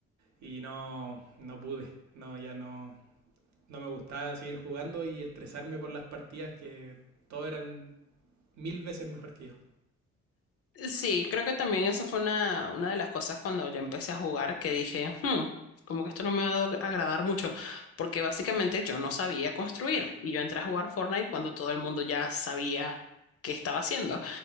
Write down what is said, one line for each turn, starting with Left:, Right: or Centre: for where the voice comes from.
Right: y no, no pude, no, ya no, no me gustaba seguir jugando y estresarme por las partidas que todos eran mil veces mejor que yo.
Left: Sí, creo que también esa fue una, una de las cosas cuando yo empecé a jugar que dije, "Hmm, como que esto no me va a do- agradar mucho, porque básicamente yo no sabía construir y yo entré a jugar Fortnite cuando todo el mundo ya sabía qué estaba haciendo.